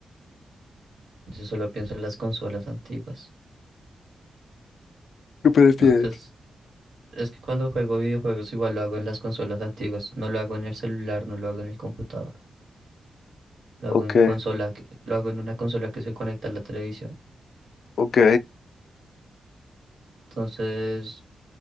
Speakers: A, on the right; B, on the left.
A: yo solo pienso en las consolas antiguas.
B: ¿Qué prefieres?
A: No, pues Es que cuando juego videojuegos igual lo hago en las consolas antiguas, no lo hago en el celular, no lo hago en el computador, lo
B: Ok,
A: hago en consola, que- lo hago en una consola que se conecta a la televisión.
B: ok,
A: Entonces,